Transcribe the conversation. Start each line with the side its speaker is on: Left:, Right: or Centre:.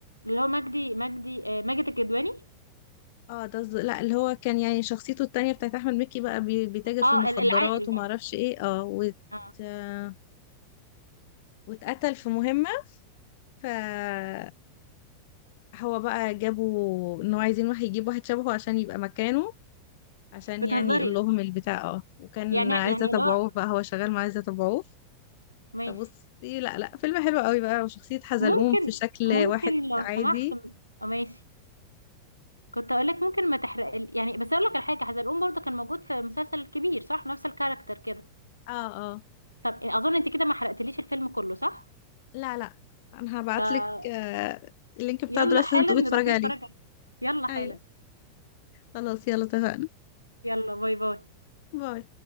Right: اللي هو مجدي مجدي آه، ماجد الكدواني
Left: اه ده الز- لا اللي هو كان يعني شخصيته التانية بتاعت أحمد مكي بقى بي- بيتاجر
Right: اه
Left: في المخدرات
Right: ال- العاقل
Left: ومعرفش
Right: بقى
Left: ايه اه وت...
Right: اه
Left: آه، واتقتل في مهمة فهو بقى جابوا ان هو عايزين واحد يجيب واحد شبهه عشان يبقى مكانه عشان
Right: بتهزري
Left: يعني يقول لهم البتاع اه وكان
Right: يعني
Left: عايزة
Right: يعني
Left: تبعوه
Right: اللي هو
Left: بقى هو شغال مع عايزة تبعوه
Right: ماشي
Left: فبصي لا لا فيلم حلو قوي بقى وشخصية حزلقوم
Right: ممكن
Left: في شكل
Right: ممكن
Left: واحد
Right: لو
Left: عادي
Right: سمحت م- آه، ماشي كنت اقول لك ممكن ما تحرق ال- يعني بس اقول لك على حاجه حزلقوم برضه كان موجود في مسلسل كبير صح نفس الكاركتر كده
Left: اه اه
Right: طب اظن انت كده ما حرقتليش الفيلم كله صح
Left: لا لا انا هبعتلك
Right: ده
Left: آه، اللينك بتاع
Right: يلا
Left: دلوقتي
Right: حالا
Left: لازم تقومي
Right: نروح
Left: تتفرجي
Right: نتفرج
Left: عليه
Right: عليه يلا حالا
Left: ايوه خلاص يلا اتفقنا
Right: يلا باي باي
Left: باي